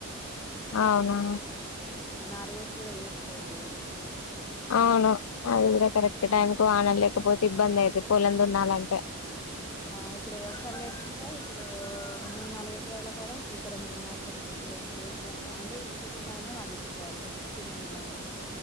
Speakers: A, on the left; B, on the left.
A: అవున
B: నార్వోసీ కూడ వేస్ట్ అయ్యింది కదా
A: అవును అది కూడ కరెక్ట్ టైంకు వానలేకపోతే ఇబ్బంది అయితే పొలం దున్నలంటే
B: ఆ ఇప్పుడు వర్షాలు లేకుంటే ఇప్పుడు మూడు నాలుగు ఎకరాల కాడ ఒక ఎకర <unintelligible> ఉప ఉప ఎకరం అంటే ఇంటి ముందున్న పండించుకోవాలి ఇక తినేవి ఏమన్నా